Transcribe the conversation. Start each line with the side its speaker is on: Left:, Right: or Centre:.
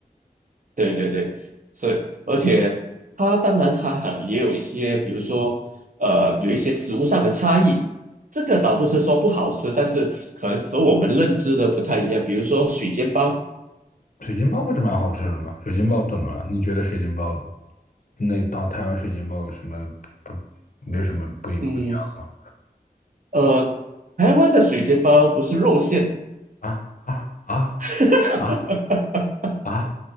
Right: 对对对，是，而且它当然它还也有一些，比如说呃，有一些食物上的差异，这个倒不是说不好吃，但是可能和我们认知的不太一样。比如说水煎包，
Left: 水晶包不是蛮好吃的吗？水晶包怎么了？你觉得水晶包那当台湾水晶包有什么不没有什么不一不一样吗？
Right: 嗯，呃，台湾的水煎包不是肉馅，
Left: 啊啊啊
Right: <laughs>
Left: 啊啊！